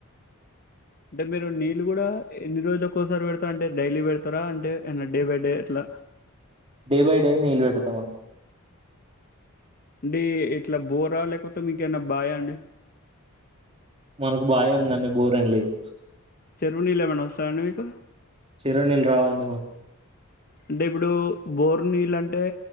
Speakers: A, on the left; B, on the right.
A: అంటే మీరు నీళ్ళు కూడ ఎన్ని రోజులుక్కసారి పెడతా అంటే డైలీ పెడతారా అంటే ఏ డే బై డే ఎట్ల
B: డే బై డే నిల్ పెడతామండ్
A: అండి ఇట్ల బోరా లేకపోతే మీకేమన్న బాయా అండి
B: మనకు బాయే ఉందండి బోర్ ఏం లేదు
A: చెరువు నీళ్ళ ఏమన్న వస్తాయ అండి మీకు
B: చెరువు నీళ్ళు రావండి మాకు
A: అంటే ఇప్పుడు బోర్ నీళ్ళు అంటే